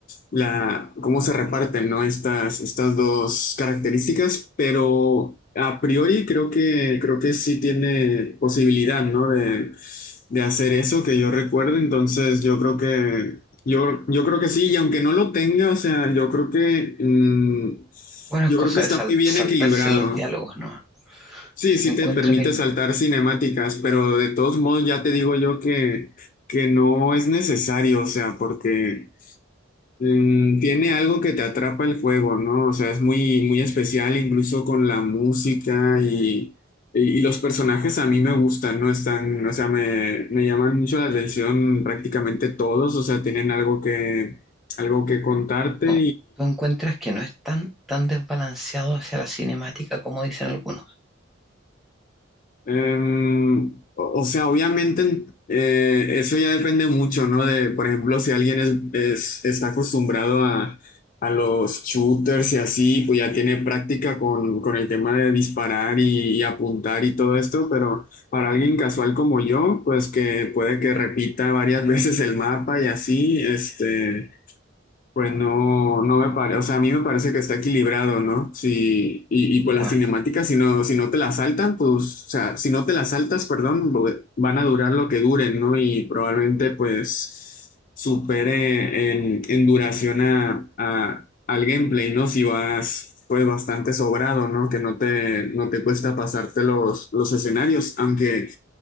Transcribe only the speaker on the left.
la, cómo se reparten, ¿no? Estas, estas dos características, pero a priori creo que, creo que sí tiene posibilidad, ¿no? De, de hacer eso que yo recuerdo, entonces yo creo que, yo, yo creo que sí, y aunque no lo tenga, o sea, yo creo que, mm,
yo
creo que
está
muy bien
equilibrado.
Sí,
sí
te permite
saltar cinemáticas, pero de todos modos ya te digo yo que, que no es necesario, o sea, porque mm, tiene algo que te atrapa el juego, ¿no? O sea, es muy, muy especial incluso con la música y, y, y los personajes a mí me gustan, ¿no? Están, o sea, me, me llaman mucho la atención prácticamente todos, o sea, tienen algo que, algo que contarte
Em, o o sea, obviamente eh, eso ya depende mucho, ¿no? De, por ejemplo, si alguien es, es- está acostumbrado a, a los shooters y así, pues ya tiene práctica con, con el tema de disparar y, y apuntar y todo esto, pero para alguien casual como yo, pues que puede que repita varias <laughs> veces el mapa y así, este... Pues no, no me parece, o sea, a mí me parece que está equilibrado, ¿no? Sí, y, y pues
las cinemáticas, si no, si no te las saltan, pues, o sea, si no te las saltas, perdón, bo- van a durar lo que duren, ¿no? Y probablemente, pues, supere en, en duración a, a- al gameplay, ¿no? Si vas, pues, bastante sobrado, ¿no? Que no te, no te cuesta pasarte los, los escenarios, aunque...